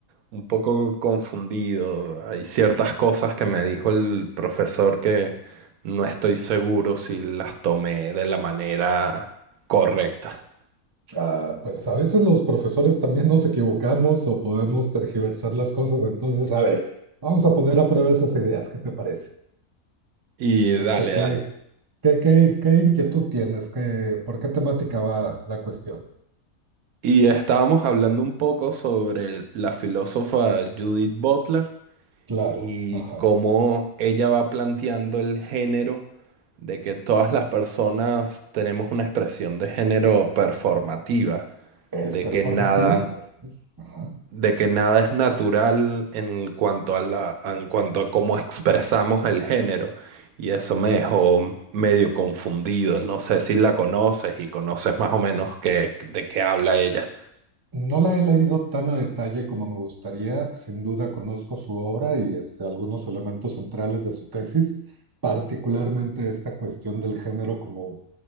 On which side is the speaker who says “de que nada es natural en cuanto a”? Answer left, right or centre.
Right